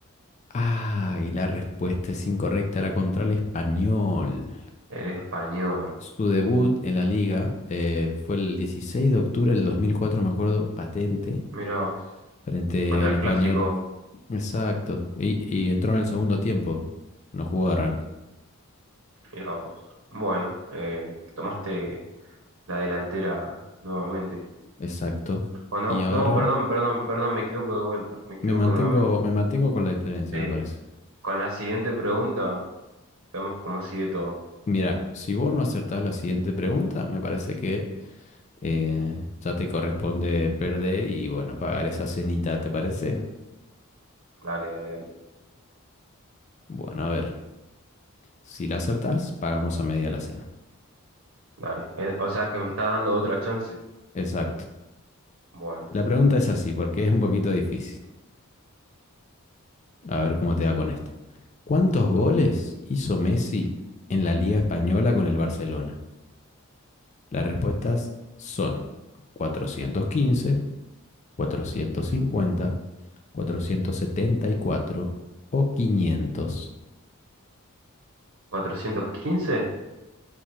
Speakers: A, on the left (about 30°); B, on the right (about 70°).
A: Ah, y la respuesta es
B: Uh,
A: incorrecta, era contra el Español.
B: el español.
A: Su debut en la liga eh, fue el 16 de octubre del 2004, me acuerdo, patente,
B: Mira vos.
A: frente
B: Contra
A: al
B: el
A: Español.
B: clásico.
A: Exacto. Y, y entró en el segundo tiempo, no jugó de arranque.
B: Mira vos. Bueno, eh, tomaste la delantera nuevamente.
A: Exacto.
B: O no,
A: Y ahora
B: no, perdón, perdón, perdón, me equivoco de vuelta, me equivoco
A: me mantengo,
B: nuevamente.
A: me mantengo con la diferencia,
B: Sí.
A: me parece.
B: Con la siguiente pregunta, vemos cómo sigue todo.
A: Mira, si vos no acertás la siguiente pregunta, me parece que eh, ya te corresponde perder y bueno, pagar esa cenita, ¿te parece?
B: Dale, dale, dale.
A: Bueno, a ver, si la acertás, pagamos a media la cena.
B: Dale. Eh, O sea que me estás dando otra chance.
A: Exacto.
B: Bueno,
A: La pregunta es así, porque es un poquito difícil. A ver cómo te va con esta. ¿Cuántos goles hizo Messi en la Liga Española con el Barcelona? Las respuestas son cuatrocientos cuatrocientos cuatrocientos quince, cincuenta, cuatrocientos setenta y cuatro o 500.
B: 415.